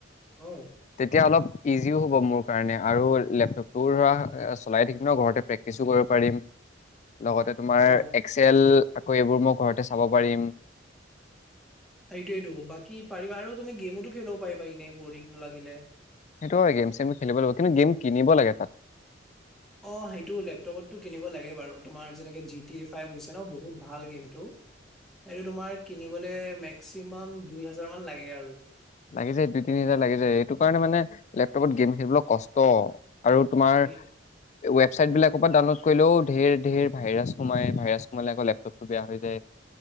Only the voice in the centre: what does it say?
অ
<unintelligible>
অ
সেইটোয়ে টো বাকী পাৰিবা আৰু তুমি গেমতো খেলিব পাৰিবা এনেই বৰিং লাগিলে।
অঁ সেইটো লেপটপ টো কিনিব লাগে বাৰু। তোমাৰ যেনে-। ন' বহুত ভাল গেমটো। এইটো তোমাৰ কিনিব-। মেক্সিমাম দুই হাজাৰ মান লাগে আৰু।
সেই